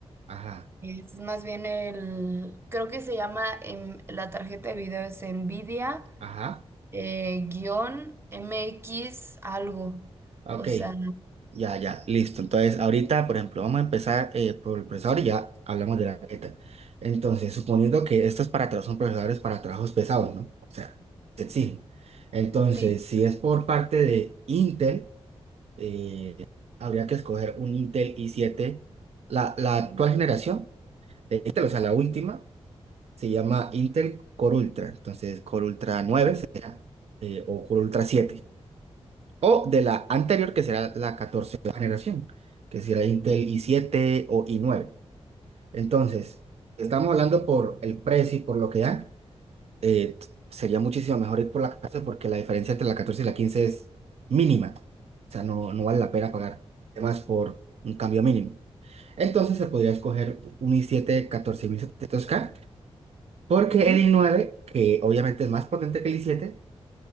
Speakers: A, on the right; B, on the right.
A: Ajá,
B: Es más bien el, creo que se llama, em, la tarjeta de video es NVIDIA,
A: ajá.
B: eh, guión MX algo.
A: Ok,
B: O sea,
A: ya, ya, listo. Entonces, ahorita, por ejemplo, vamos a empezar eh, por el procesador y ya hablamos de la tarjeta. Entonces, suponiendo que estos para tra- son procesadores para trabajos pesados, ¿no? O sea, te exigen. Entonces,
B: Sí.
A: si es por parte de Intel, eh, habría que escoger un Intel i7. La, la actual generación de Intel, o sea, la última, se llama Intel Core Ultra. Entonces, Core Ultra 9 se- eh, o Core Ultra siete O de la anterior, que será la 14 generación, que será Intel i7 o i9. Entonces, estamos hablando por el precio y por lo que dan. eh, t- sería muchísimo mejor ir por la 14 porque la diferencia entre la 14 y la 15 es mínima. O sea, no, no vale la pena pagar más por un cambio mínimo. Entonces se podría escoger un i7 14700K porque
B: ujú.
A: el i nueve que obviamente es más potente que el i siete